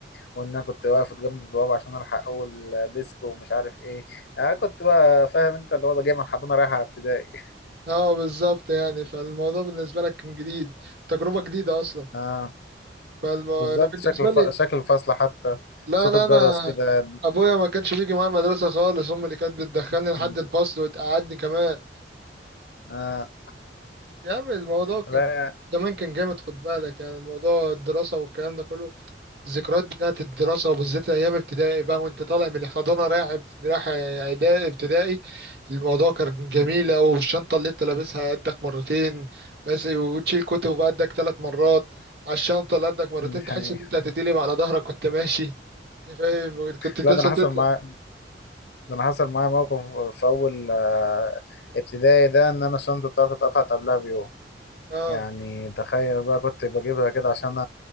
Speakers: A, on the left; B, on the right.
A: وإن أنا كنت واقف جنب البوابة عشان ألحق أول ديسك ومش عارف إيه أنا كنت بقى فاهم أنت اللي هو جاي من حضانة رايح على ابتدائي
B: اه بالظبط يعني فالموضوع بالنسبة لك كان جديد تجربة جديدة اصلا
A: <laughs> آه
B: فانا
A: بالظبط
B: بالنسبة
A: شكل الف...
B: لي
A: شكل الفصل حتى
B: لا
A: صوت
B: لا
A: الجرس
B: انا
A: كده
B: ابويا ما كانش بيجي معايا المدرسة خالص امي اللي كانت بتدخلني
A: <laughs>
B: لحد الفصل وتقعدني كمان
A: آه
B: يا عم الموضوع كان
A: لا
B: زمان كان جامد خد بالك يعني الموضوع الدراسة والكلام ده كله الذكريات بتاعت الدراسة وبالذات أيام ابتدائي بقى وأنت طالع من الحضانة رايح ابت- رايح إعدادي ابتدائي الموضوع كان جميل
A: مم،
B: أوي الشنطة اللي أنت لابسها قدك مرتين بس وتشيل كتب قدك ثلاث مرات على الشنطة اللي قدك مرتين
A: دي حقيقة
B: تحس إن أنت هتتقلب على ظهرك وأنت ماشي <laughs> فاهم كنت
A: لا
B: لسه
A: ده أنا حصل
B: تطلع
A: معايا ده أنا حصل معايا موقف في أول آه ابتدائي ده إن أنا الشنطة بتاعتي اتقطعت قبلها بيوم
B: أه
A: يعني تخيل بقى كنت بجيبها كده عشان